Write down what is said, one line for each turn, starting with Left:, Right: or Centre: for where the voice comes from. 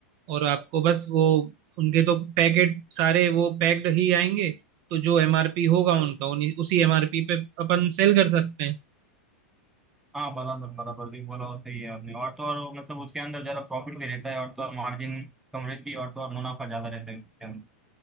Right: और आपको बस वो उनके तो पैकेट सारे वो पैक्ड ही आएंगे तो जो एमआरपी होगा उनका उन्हीं उसी एमआरपी पे अपन सेल कर सकते हैं
Centre: हाँ बराबर बराबर भी बोला हो सही है आपने और तो और मतलब उसके अंदर जरा प्रॉफिट भी रहता है और तो और मार्जिन कम रहती है और तो और मुनाफा ज्यादा रहता है उसके अंदर